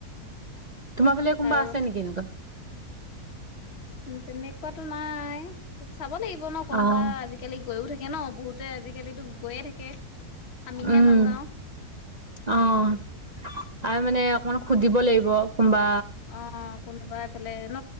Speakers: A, on the right; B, on the left.
A: তোমাৰ ফালে কোনোবা
B: আৰু
A: আছে নেকি এনেকুৱা।
B: উ তেনেকুৱাতো নাই চাব লাগিব ন কোনোবা
A: অ',
B: আজিকালি গৈও থাকে। থাকে ন বহুতে আজিকালি গৈয়ে থাকে। আমিহে
A: উম
B: নাযাও
A: অহ। আৰু মানে অকমান সুধিব লাগিব। কোনোবা
B: অ কোনোবাইফালে। ন